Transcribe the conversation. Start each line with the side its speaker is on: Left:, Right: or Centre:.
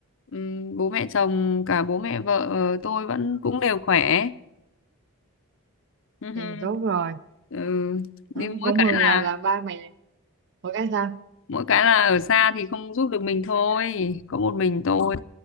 Left: Ừm, bố mẹ chồng cả bố mẹ vợ ờ, tôi vẫn cũng đều khỏe ừ. hừ.
Right: thì tốt rồi
Left: Ừ, nhưng
Right: đó,
Left: mỗi
Right: cũng
Left: cái
Right: mừng
Left: là
Right: là là ba mày một cái sao
Left: mỗi cái là ở xa thì không giúp được mình thôi có một mình tôi